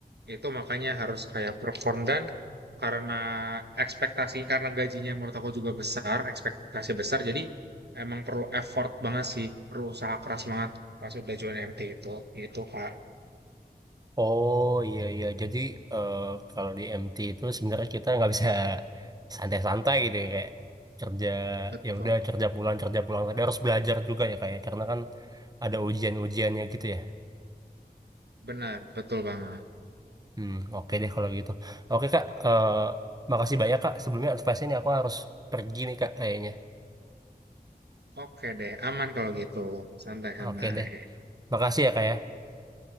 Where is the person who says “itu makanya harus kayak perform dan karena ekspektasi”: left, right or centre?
Right